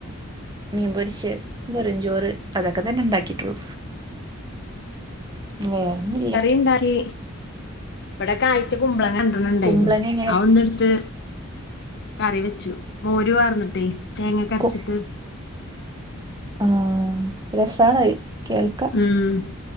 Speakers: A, on the right (about 20°); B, on the left (about 55°).
A: മീൻപൊരിച്ച വെറും ചോറ് അതക്കെ തന്നെ ണ്ടാക്കിട്ടുള്ളു വേറൊന്നും ഇല്ല
B: ഇണ്ടാക്കി ബടെ കായ്ച കുമ്പളങ്ങ രണ്ടണ്ണം ഇണ്ടായിന്നു
A: കുമ്പളങ്ങ ഇങ്ങനെ
B: ആ ഒന്ന് എടുത്ത് കറി വെച്ചു മോര് പാർന്നിട്ടേയ് തേങ്ങക്കരച്ചിട്ട്
A: കു ആഹ് രസാണത് കേൾക്ക
B: ഉം